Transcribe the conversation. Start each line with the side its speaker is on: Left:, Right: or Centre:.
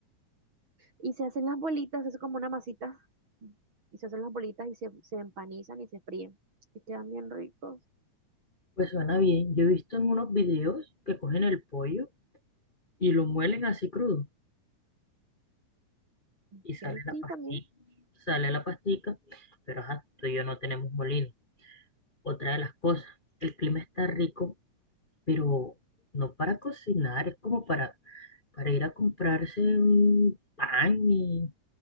Right: Y se hacen las bolitas, es como una masita, y se hacen las bolitas y se, se empanizan y se fríen, y quedan bien ricos.
Left: Pues suena bien. Yo he visto en unos videos que cogen el pollo y lo muelen así crudo
Right: Ok,
Left: y sale la
Right: sí,
Left: pastilla.
Right: también,
Left: Sale la pastica, pero ajá, tú y yo no tenemos molino. Otra de las cosas, el clima está rico, pero no para cocinar, es como para, para ir a comprarse un pan y